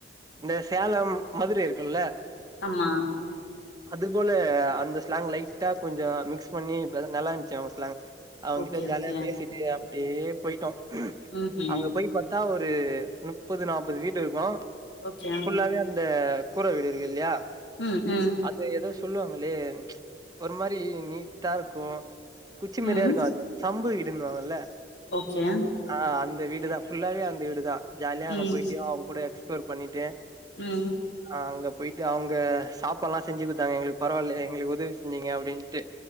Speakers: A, on the right (about 20°); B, on the left (about 75°).
A: இந்த சேலம் மதுர இரு க்குல்ல
B: ஆமா
A: அது போல அந்த ஸ்லாங் லைட்டா கொஞ்சோ மிக்ஸ் பண்ணி இப்ப நல்லாருந்துச்சு அவுங்க ஸ்லாங் அவங்
B: ஓகே
A: கி
B: ஓகே
A: செரியா அப்டியே போயிட்டோம்
B: ம்ஹும்
A: அங்க போய் பாத் தா ஒரு முப்பது நாப்பது வீடுருக்கும்
B: ஓக்கியா
A: ஃபுல்லாவே அந்த கூர வீடுருக்கு ல்லையா
B: ம் ம்
A: அது ஏதோ சொல்லுவாங்களே ஒரு மாரி நீட்டாருக்கும் குச்சி மாரியே
B: ம்
A: ருக்கும் அது சம்பு வீடுன்னு வாங்கல்ல
B: ஓகே
A: ஆ அந்த வீடுதா ஃபுல்லாவே அந்த வீடுதா ஜாலியா அங்க
B: ம்
A: போயிட்டு அவங்க கூட எக்ஸ்ப்ளோர் பண்ணிட்டு
B: ம்
A: ஆங்க போயிட்டு அவுங்க சாப்பாடுல்லா செஞ்சு கொடுத்தாங்க எங்களுக்கு பரவால்ல எங்களுக்கு உதவி செஞ்சிங்க அப்படிட்டு